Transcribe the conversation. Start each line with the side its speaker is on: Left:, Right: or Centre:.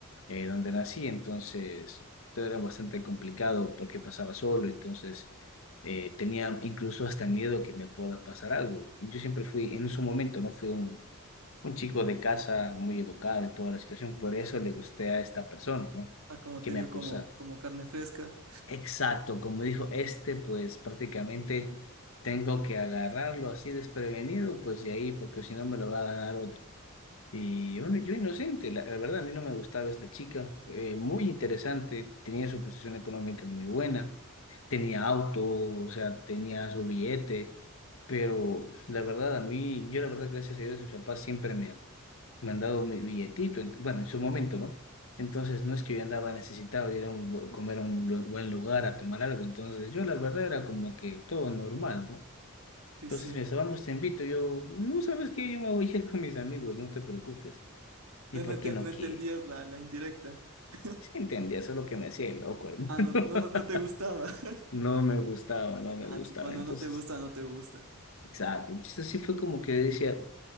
Left: eh, donde nací. Entonces, todo era bastante complicado porque pasaba solo. Entonces, eh, tenía incluso hasta miedo que me pueda pasar algo. Yo siempre fui, en su momento, no fui un un chico de casa muy educado y toda la situación, por eso le gusté a esta persona, ¿no?
Right: Ah, como
Left: Que
Right: te
Left: me
Right: vio
Left: acusa.
Right: como, como carne fresca.
Left: Exacto, como dijo este, pues prácticamente tengo que agarrarlo así desprevenido, pues de ahí, porque si no me lo va a ganar otro. Y bueno, yo inocente, la, la verdad a mí no me gustaba esta chica, eh, muy interesante, tenía su posición económica muy buena, tenía auto, o sea, tenía su billete, pero la verdad a mí, yo la verdad gracias a Dios, mis papás siempre me, me han dado mi billetito, ent- bueno, en su momento, ¿no? Entonces no es que yo andaba necesitado de ir a un bu- comer a un lu- buen lugar, a tomar algo, entonces yo la verdad era como que todo normal, ¿no?
Right: Sí,
Left: Entonces
Right: sí.
Left: me decía, vamos, te invito, yo, no sabes qué, yo me voy a ir con mis amigos, no te preocupes. ¿Y
Right: No,
Left: por
Right: no, ente-
Left: qué no
Right: no
Left: qué?
Right: entendías la, la indirecta. <laughs>
Left: Sí, entendía, eso es lo que me hacía el loco, hermano.
Right: Ah,
Left: <laughs>
Right: no, no, no, no te gustaba. <laughs>
Left: No me gustaba, no me
Right: Ah,
Left: gustaba.
Right: tú, cuando
Left: Entonces,
Right: no te gusta, no te gusta.
Left: exacto. Entonces sí fue como que decía,